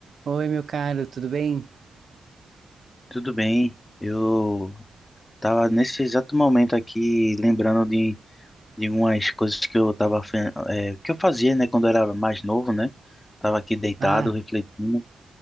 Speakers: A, on the right (about 55°); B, on the left (about 30°).
A: Oi, meu caro, tudo bem?
B: Tudo bem, eu tava nesse exato momento aqui lembrando de, de umas coisas que eu tava, fe- eh, que eu fazia, né, quando eu era mais novo, né? Tava aqui deitado,
A: Ah,
B: refletindo.